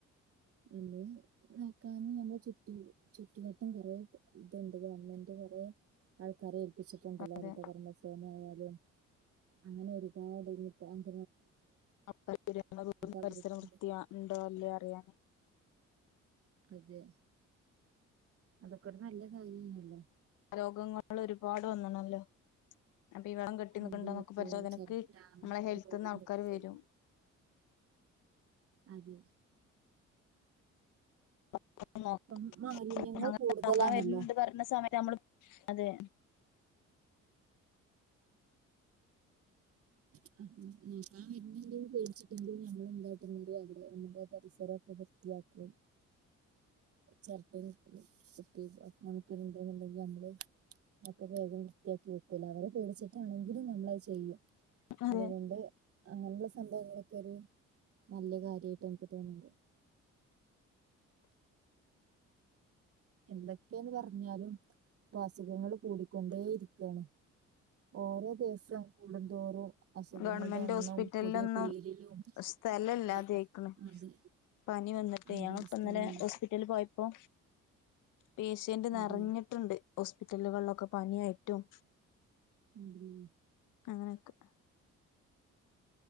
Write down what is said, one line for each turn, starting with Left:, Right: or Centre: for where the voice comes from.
Right: നമ്മള് നോക്കാൻ നമ്മള് ചുറ്റു നമ്മളെ നോക്കാന് നമ്മളെ ചുറ്റു ചുറ്റുമട്ടും കൊറെ ഇതുണ്ട് ഗവണ്മെന്റ് കൊറെ ആൾക്കാരെ ഏൽ പിച്ചിട്ടുണ്ടല്ലൊ
Left: അതെ
Right: ഹരിതകർമ സേനയായാ തെ അങ്ങനെ ഒരുപാട് ഇനിപ്പോ അംഗ
Left: അപ്പർ ത്ത് <unintelligible> വീടും
Right: അവര്ക്കുണ്ട്
Left: പരിസരം വൃത്തി ആ ഉണ്ടോ ല്ലേ അറിയാന് <inaudible>
Right: അതെ അതൊക്കെരു നല്ല കാര്യണല്ലോ
Left: രോഗങ്ങൾ ഒരുപാട് വന്നണല്ലോ അപ്പൊ ഈ വെള്ളം കെട്ടി
Right: അതെ
Left: നിക്കണ്ടോന്നൊക്കെ
Right: ഇപ്പൊ
Left: പരിശോധനക്ക്
Right: ചെരട്ട അങ്ങനത്തെലോക്കെ
Left: നമ്മളെ ഹെൽത്ത്ന്ന്
Right: വെള്ളം
Left: ആൾക്കാര്
Right: കെട്ടിക്കൂല്ലോ
Left: വരും
Right: അതെ
Left: <unintelligible>
Right: ഇപ്പം മാലിന്യങ്ങൾ
Left: അങ്ങന
Right: കൂടുതലാണല്ലോ
Left: നോക്കാൻ വ ര ണ് ണ്ട്പറഞ്ഞ സമയ നമ്മള് അതെ
Right: <inaudible> വരുന്നുണ്ടെന്ന് പേടിച്ചിട്ട് <inaudible> നമ്മടെ പരിസരം ഒക്കെ വൃത്തിയാക്കും ചെരട്ടയും <inaudible> ണ്ടെന്നുണ്ടെങ്കിൽ നമ്മള് ഒക്കെ വേഗം വൃത്തിയാക്കി വെക്കല്ല അവരെ പേടിച്ചിട്ടാണെങ്കിലും നമ്മളത് ചെ ചെയ്യും
Left: അതെ
Right: അതുകൊണ്ട് അങ്ങനെയുള്ള സംഭവങ്ങളൊക്കെ ഒരു നല്ല കാര്യമായിട്ട് എനിക്ക് തോന്നുന്നത് എന്തൊക്കെയാന്ന് പറഞ്ഞാലും അസുഖങ്ങൾ കൂടിക്കൊണ്ടേ ഇരിക്കാണ് ഓരോ ദിവസം കൂടുന്തോറും അസുഖങ്ങളുടെ
Left: ഗവണ്മെന്റ്
Right: എണ്ണം
Left: ഹോസ്പിറ്റലിലൊന്നും
Right: പുതിയ പേരിലും
Left: സ്ഥലമില്ലാത
Right: ഒക്കെ
Left: ആയിക്കണ്
Right: അതെ
Left: പനി വന്നിട്ട്
Right: അതെ
Left: ഞങ്ങളിപ്പോ
Right: സ്ഥിതിയില്ല
Left: ഇന്നലെ ഹോസ്പിറ്റലിൽ പോയപ്പോ പേഷ്യന്റ് നിറഞ്ഞിട്ടുണ്ട്
Right: അതെ
Left: ഹോസ്പിറ്റലുകളിലൊക്കെ പനിയായിട്ടും
Right: ഉം.
Left: അങ്ങനെയൊക്കെ